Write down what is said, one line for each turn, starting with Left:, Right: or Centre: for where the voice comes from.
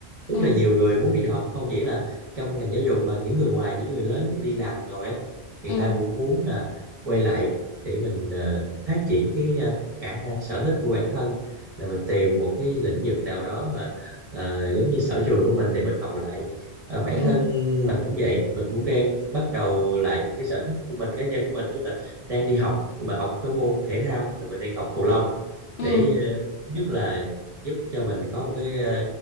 Right: rất
Left: ừ,
Right: là nhiều người muốn đi học không chỉ là trong ngành giáo dục mà những người ngoài những người lớn những người đi làm rồi á người
Left: ừ,
Right: ta cũng muốn là quay lại để mình ờ, phát triển cái ờ, khả năng sở thích của bản thân là mình tìm một cái lĩnh vực nào đó mà ờ, giống như sở trường của mình để mình học lại Ờ, bản
Left: ừ,
Right: thân mình cũng vậy mình cũng đang bắt đầu lại những cái sở thích của mình cá nhân của mình tức là đang đi học nhưng mà học cái môn thể thao là mình đang học cầu lông
Left: ừ,
Right: để
Left: ừ,
Right: ờ, nhất là giúp cho mình có một cái ờ,